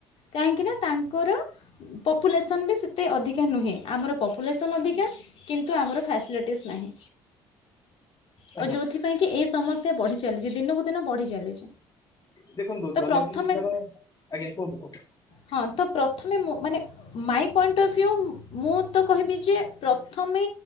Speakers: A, on the left; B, on the left.
A: କାହିଁକିନା ତାଙ୍କର ପପୁଲେସନ୍ ବି ସେତେ ଅଧିକା ନୁହେଁ ଆମର ପପୁଲେସନ୍ ଅଧିକା କିନ୍ତୁ ଆମର ଫ୍ୟାସିଲିଟିସ୍ ନାହିଁ।
B: ଆଜ୍ଞା
A: ଆଉ ଯୋଉଥିପାଇଁ କି ଏ ସମସ୍ୟା ବଢ଼ି ଚାଲିଛି ଦିନକୁ ଦିନ ବଢ଼ି ଚାଲିଛି।
B: ଦେଖନ୍ତୁ
A: ତ
B: ଜନସଂଖ୍ୟାର
A: ପ୍ରଥମେ
B: ଆଜ୍ଞା କୁହନ୍ତୁ କୁହନ୍ତୁ
A: ହଁ ତ ପ୍ରଥମେ ମୁଁ ମାନେ ମାଇ ପଏଣ୍ଟ ଅଫ୍ ଭ୍ୟୁ ମୁଁ ତ କହିବି ଯେ ପ୍ରଥମେ